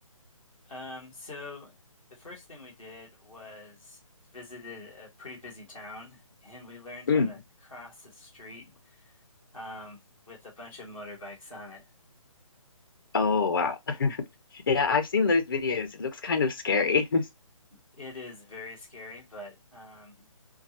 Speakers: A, in the centre; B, on the left.
A: Um, so the first thing we did was visited a pretty busy town, and we learned
B: Mm.
A: how to cross the street um, with a bunch of motorbikes on it.
B: Oh, wow. <laughs> Yeah, I've seen those videos. It looks kind of scary. <laughs>
A: It is very scary, but um,